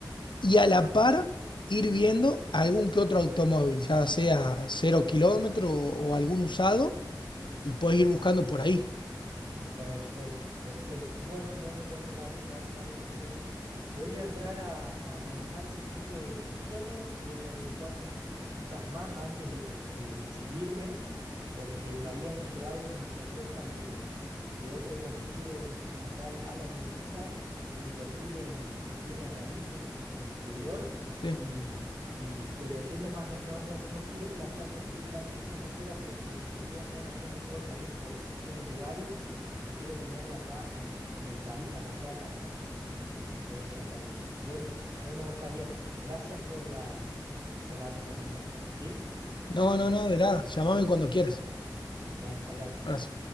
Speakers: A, on the left (about 85°); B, on the right (about 60°).
A: y a la par ir viendo algún que otro automóvil, ya sea cero kilómetro o, o algún usado, y puedes ir buscando por ahí.
B: Perfecto, perfecto. Bueno, bueno, bueno, dale, dale, dale, perfecto. Voy a entrar a, a manejar ese tipo de cuestiones, voy a averiguar unas cositas más antes de, to- de decidirme, porque me habían llegado unas propuestas de, de otro conocido, un, un tal Alan Urizar, de invertir en, en bienes raíces en, en el exterior,
A: ¿sí?
B: y, y- pero tengo más, no, no, no quiero que la plata esté tanto tiempo afuera, porque si el día de mañana yo no puedo salir por cuestiones legales, prefiero tenerla acá en, en el país, a La Plata, y, y poder contar con ellos. Bueno, bueno, Javier, gracias por la, por la recomendación, ¿sí?
A: No, no, no, de nada. Llámame cuando quieras.
B: Dale, abrazo.
A: Abrazo.